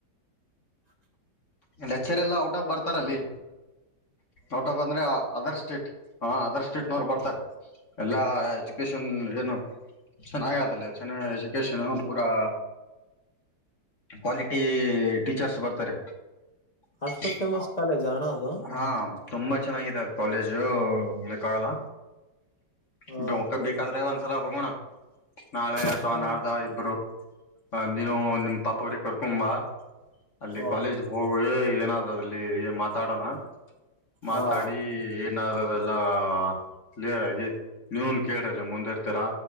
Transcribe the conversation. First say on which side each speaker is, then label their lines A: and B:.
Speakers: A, on the left; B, on the left.
A: <unintelligible>
B: ಲೆಕ್ಚರ್ ಎಲ್ಲಾ ಔಟ್ ಆಫ್ ಬರ್ತಾರಲ್ಲಿ. ಔಟ್ ಆಫ್ ಅಂದ್ರೆ ಅದರ್ ಸ್ಟೇಟ್ ಹ ಅದರ್ ಸ್ಟೇಟ್ನವರು
A: ಅ
B: ಬರ್ತರೆ. ಎಲ್ಲಾ ಎಜುಕೇಶನ್ ಏನು ಚೆನ್ನಾಗದಲ್ಲಿ ಚೆನ್ನ ಎಜುಕೇಶನು ಪೂರಾ ಕ್ವಾಲಿಟಿ ಟೀಚರ್ಸ್ ಬರ್ತಾರೆ. <unintelligible>
A: ಅಷ್ಟು ಫೇಮಸ್ ಕಾಲೇಜಾ ಅಣ್ಣ ಅದು?
B: ಹಾ ತುಂಬಾ ಚೆನ್ನಾಗಿದ್ದಾರೆ. ಕಾಲೇಜುಕ್ಕಾಗಲ್ಲ <unintelligible>
A: ಹಾ
B: ಬೇಕಾದ್ರೆ ಒಂದ್ಸಲ ಹೋಗೋಣ ನಾಳೆ ಅತ್ವ
A: ಅಷ್ಟು.
B: ನಾಡ್ದ ಇಬ್ರು ಅ ನೀನು ನಿಮ ಪಾಪ ಅವ್ರಿಗೆ ಕರ್ಕೊಂಬ ಅಲ್ಲಿ
A: ಹಾ
B: ಕಾಲೇಜ್ ಹೋಗ ಏನಾ ದಲ್ಲಿ ಏನ್ ಮಾತಾಡೋಣ <unintelligible> ಮಾತಾಡಿ
A: ಹಾ
B: ಏನಾದದೆಲ್ಲ ಕ್ಲಿಯರ್ ಆಗಿ ನೀವನ್ ಕೇಳ್ರಿ ಮುಂದೆ ಇರ್ತೀರಾ